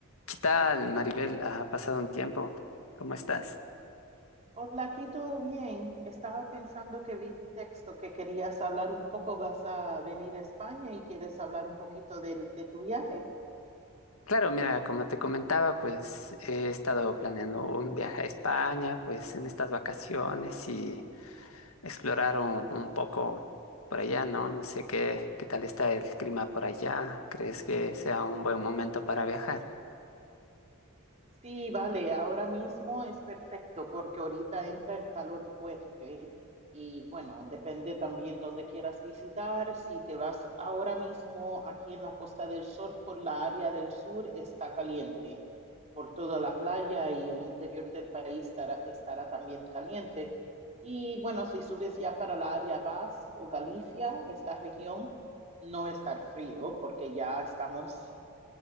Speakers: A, on the left (about 75°); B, on the right (about 30°).
A: ¿Qué tal, Maribel? Ha pasado un tiempo. ¿Cómo estás?
B: Hola, aquí todo bien. Estaba pensando que vi tu texto, que querías hablar un poco, vas a venir a España y quieres hablar un poquito del- de, tu viaje.
A: Claro, mira, como te comentaba, pues he estado planeando un viaje a España, pues en estas vacaciones y explorar un, un poco por allá, ¿no? No sé qué, qué tal está el clima por allá. ¿Crees que sea un buen momento para viajar?
B: Sí, vale, ahora mismo es perfecto porque ahorita entra el calor fuerte y bueno, depende también dónde quieras visitar. Si te vas ahora mismo aquí en la Costa del Sol por la área del sur, está caliente. Por toda la playa y el interior del país estará, estará también caliente. Y bueno, si subes ya para la área Basque o Galicia, esta región no está frío porque ya estamos